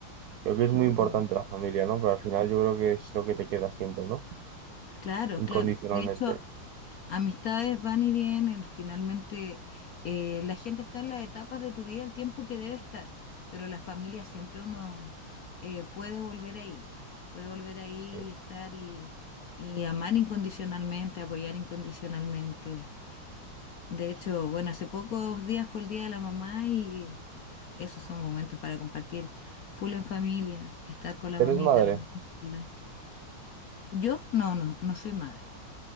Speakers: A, on the right; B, on the left.
A: Creo que
B: Qué
A: es muy
B: bueno.
A: importante la familia, ¿no? Pero al final yo creo que es lo que te queda siempre, ¿no?
B: Claro,
A: Incondicionalmente.
B: claro. De hecho, Amistades van y vienen, finalmente eh, la gente está en las etapas de tu vida el tiempo que debe estar, pero la familia siempre uno eh, puede volver ahí, puede volver ahí
A: Sí.
B: y estar y, y amar incondicionalmente, apoyar incondicionalmente. De hecho, bueno, hace pocos días fue el Día de la Mamá y esos son momentos para compartir full en familia, estar con la
A: ¿Eres
B: mamita,
A: madre?
B: regalarla. Yo no, no, no soy madre,